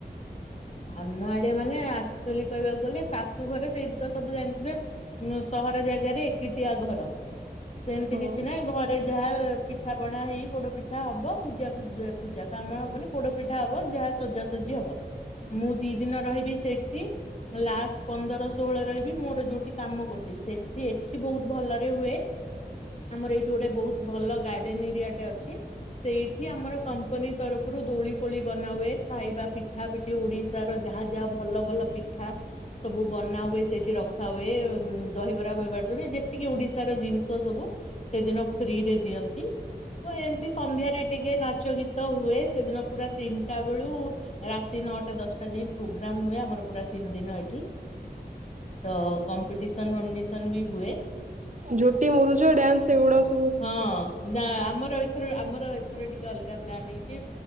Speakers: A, on the left; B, on the right.
A: ଆମ ଆଡେ ମାନେ ଆକ୍ଚୁଲି କହିବାକୁ ଗଲେ ଶାଶୁ ଘରେ ସେଇଠି ତ ସବୁ ଜାଣି ବେ ସହର ଜାଗାରେ ଏକିଟିଆ ଘର ସେମିତି
B: ହଁ
A: କିଛି ନାହିଁ ଘରେ ରେ ଯାହା ପିଠା ପଣା ହେଇ ପୋଡ ପିଠା ହବ ପୂଜା ପୂଜା ତ ଆମର ହବନି ପୋଡ ପିଠା ହବ ଯାହା ସଜାସଜି ହବ। ମୁଁ ଦି ଦିନ ରହିବି ସେଠି। ଲାଷ୍ଟ ପନ୍ଦର ଷୋହଳ ରହି ବି ମୋର ଯୋଉଠି କାମ କରୁଚି। ସେଠି ଏଠି ବହୁତ ଭଲରେ ହୁଏ। ଆମର ଏଇଠି ଗୋଟେ ବହୁତ ଭଲ ଗାର୍ଡେନ ଏରିଆଟେ ଅଛି। ସେଇଠି ଆମର କମ୍ପାନୀ ତରଫରୁ ଦୋଳି ଫୋଳି ବନାହୁଏ ଖାଇବା ପିଠା ପିଠ ଠି ଓଡିଶାର ଯାହା ଯାହା ଭଲ ଭଲ ପିଠା ସବୁ ବନା ହୁଏ। ସେଠି ରଖା ହୁଏ। ଦହିବରା ବହିବରାଠୁ ଯେତିକି ଓଡିଶାର ଜିନିଷ ସବୁ ସେଦିନ ଫ୍ରି ରେ ଦିଅନ୍ତି। ତ ଏମିତି ସନ୍ଧ୍ୟାରେ ଟିକେ ନାଚ ଗୀତ ହୁଏ। ସେଦିନ ପୁରା ତିନିଟା ବେଳୁ ରା ତି ନଅଟା ଦଶଟା ଯାଇ ପ୍ରୋଗ୍ରାମ ହୁଏ ଆମର ପୁରା ତିନି ଦିନ ଏଠି। ତ କମ୍ ପିଟିସନ ଡିସନ ବି ହୁଏ। ଆଉ
B: ଝୋଟି ମୁରୁଜ ଡ୍ୟାନ୍ସ ଏଗୁଡା ସବ୍
A: ହଁ ନା ଆମର ଏଥର ଆମର ଏଥର ଟିକେ ଅଲଗା ପ୍ଲାନ ହେଇଚି।